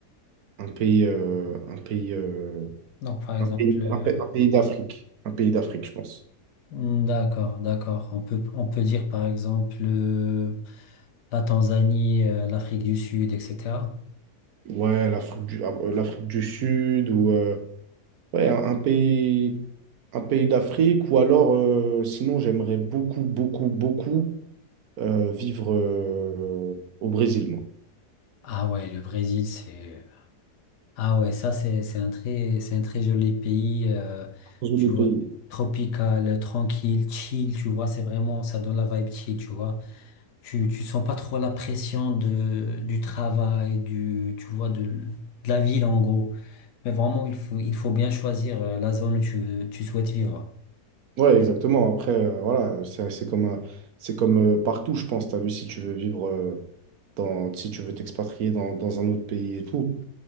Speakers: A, on the right; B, on the left.
A: un pays, euh, un pays, euh,
B: Donc par exemple,
A: un pays,
B: euh,
A: un pa- un pays d'Afrique. Un pays d'Afrique, je pense.
B: d'accord, d'accord. On peut, on peut dire par exemple euh, la Tanzanie, euh, l'Afrique du Sud, etc.
A: Ouais, l'Afrique du, ah, euh, l'Afrique du Sud ou euh, ouais, un, un pays, un pays d'Afrique. Ou alors, euh, sinon, j'aimerais beaucoup, beaucoup, beaucoup euh, vivre euh, au Brésil, moi.
B: Ah ouais, le Brésil, c'est... Ah ouais, ça, c'est, c'est un très, c'est un très joli pays, euh,
A: Joli
B: tu vois,
A: pays.
B: tropical, tranquille, chill, tu vois, c'est vraiment, ça donne la vibe chill, tu vois. Tu, tu sens pas trop la pression de, du travail, du, tu vois, de, de la ville, en gros. Mais vraiment, il faut, il faut bien choisir euh, la zone où tu veux, tu souhaites vivre.
A: Ouais, exactement. Après, euh, voilà, c'est c'est comme, un- c'est comme euh, partout, je pense. Tu as vu, si tu veux vivre, euh, dans, si tu veux t'expatrier dans, dans un autre pays et tout,